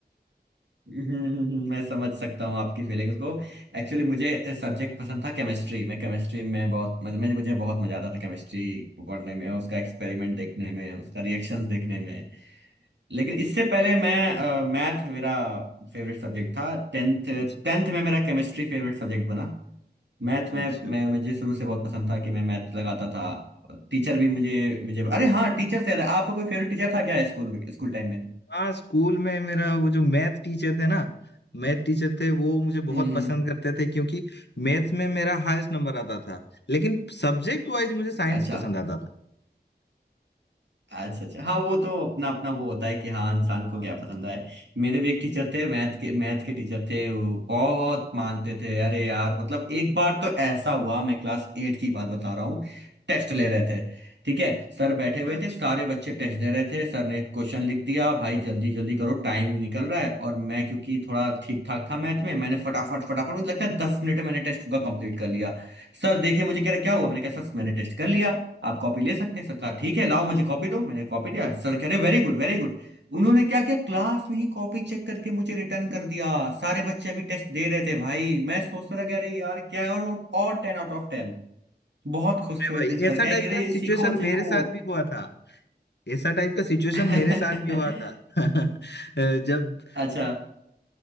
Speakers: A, on the right (about 85°); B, on the left (about 75°).
A: हम्म, हम्म, मैं समझ सकता हूँ आपकी फीलिंग्स को एक्चुअली मुझे सब्जेक्ट पसंद था केमिस्ट्री मैं केमिस्ट्री में बहुत मज- मुझे मुझे बहुत मजा आता था केमिस्ट्री पढ़ने में उसका एक्सपेरिमेंट देखने में उसका रिएक्शंस देखने में लेकिन इससे पहले मैं मैथ मेरा फेवरेट सब्जेक्ट था टेंथ
B: अच्छा
A: टेंथ
B: अच्छा
A: में मेरा केमिस्ट्री फेवरेट सब्जेक्ट बना मैथ में
B: अच्छा
A: मैं मुझे शुरू से बहुत पसंद था कि मैं मैथ लगाता था टीचर भी मुझे मुझे अरे हाँ टीचर से याद है आपका कोई फेवरेट टीचर था क्या स्कूल स्कूल टाइम में
B: हाँ स्कूल में मेरा वो जो मैथ टीचर थे ना मैथ टीचर थे वो मुझे बहुत
A: हम्म हम्म
B: पसंद करते थे क्योंकि मैथ्स में मेरा हाईएस्ट नंबर आता था लेकिन सब्जेक्ट वाइज मुझे साइंस
A: अच्छा
B: पसंद आता था
A: अच्छा अच्छा हाँ वो तो अपना अपना वो होता है कि हाँ इंसान को
B: अच्छा
A: क्या पसंद है मेरे भी एक टीचर थे मैथ के मैथ के टीचर थे वो बहुत मानते थे अरे यार मतलब एक बार तो ऐसा हुआ मैं क्लास एट की बात बता रहा हूँ टेस्ट ले रहे थे ठीक है सर बैठे हुए
B: अच्छा
A: थे सारे बच्चे टेस्ट दे रहे थे सर ने क्वेश्चन लिख दिया भाई जल्दी जल्दी करो टाइम निकल रहा है और मैं क्योंकि थोड़ा ठीक ठाक था मैथ में मैंने फटाफट फटाफट मुझे लगता है दस मिनट में मैंने टेस्ट का कंप्लीट कर लिया सर देखिए मुझे कह रहे क्या हुआ मैंने कहा सर मैंने टेस्ट कर लिया आप कॉपी ले सकते हैं सर कहा ठीक है लाओ मुझे कॉपी दो मैंने कॉपी दिया सर कह रहे वेरी गुड वेरी गुड उन्होंने क्या किया क्लास में ही कॉपी चेक करके मुझे रिटर्न कर दिया सारे बच्चे अभी टेस्ट दे रहे थे भाई मैं सोच रहा कह रही यार क्या है और वो- और टेन आउट ऑफ टेन बहुत खुश
B: अरे
A: थे
B: भाई
A: उस दिन सर
B: ऐसा
A: कह
B: टाइप
A: रहे "अरे,
B: का सिचुएशन
A: सीखो सीखो
B: मेरे साथ भी हुआ था ऐसा टाइप का सिचुएशन
A: <laughs>
B: मेरे साथ भी हुआ था <laughs> अ, जब
A: अच्छा